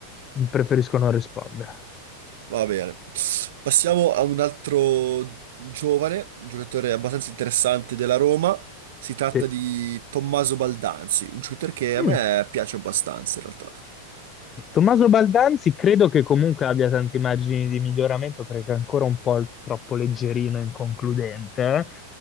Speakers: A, on the left; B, on the right.
A: preferisco non rispondere.
B: va bene. Passiamo a un altro giovane, giocatore abbastanza interessante della Roma. Si tratta
A: Sì.
B: di Tommaso Baldanzi, un shooter che a
A: Mm.
B: me piace abbastanza in realtà.
A: Tommaso Baldanzi credo che comunque abbia tanti margini di miglioramento perché è ancora un po' il- troppo leggerino e inconcludente. eh.